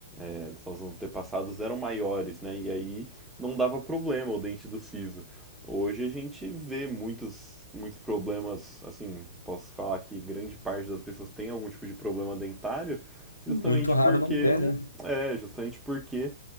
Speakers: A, in the centre; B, on the left (about 85°).
A: Eles Os antepassados eram maiores, né? E aí não dava problema o dente do siso. Hoje a gente vê muitos, muitos problemas, assim, posso falar que grande parte das pessoas tem algum tipo de problema dentário, justamente
B: muito raro
A: porque,
B: não ter, né?
A: é, justamente porque